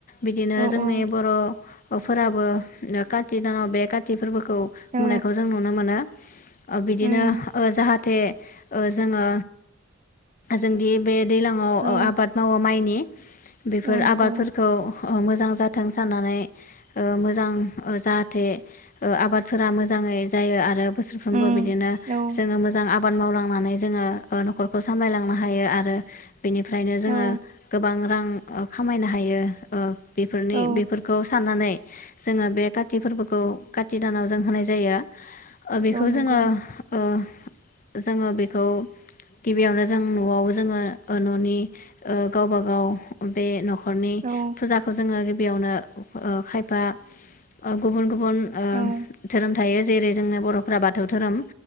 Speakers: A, on the left; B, on the right.
A: बिदिनो
B: औ
A: जोंनि
B: औ
A: बर' अ फोराबो खाथि दानाव बे खाथि फोरबोखौ खुंनायखौ
B: औ
A: जों नुनो मोनो
B: उम
A: बिदिनो जाहाथे थे जोङो जोंदि बे दैलाङाव
B: औ
A: आबाद मावो माइनि बेफोर
B: औ नंगौ
A: आबादफोरखौ मोजां जाथों साननानै ओ मोजां जाहाथे ओ आबादफोरा मोजाङै जायो आरो बोसोर
B: उम
A: बिदिनो
B: औ
A: जोङो मोजां आबाद मावलांनानै जोङो न'खरखौ सामलायलांनो हायो आरो बेनिफ्रायनो जोङो
B: औ
A: गोबां रां खामायनो हायो ओ बेफोरनि
B: औ
A: बेफोरखौ साननानै जोङो बे काति फोरबोखौ काति दानाव जों होनाय जायो बेखौ
B: औ नंगौ
A: जोङो ओ जोङो बेखौ गिबियावनो जों न'आव जोङो न'नि गावबा गाव बे न'खर न'खरनि
B: औ
A: फुजाखौ जोङो बेयावनो ओ खायफा ओ गुबुन ओ
B: औ
A: धोरोम थायो जेरै जोंनो बर'फ्रा बाथौ दोहोरोम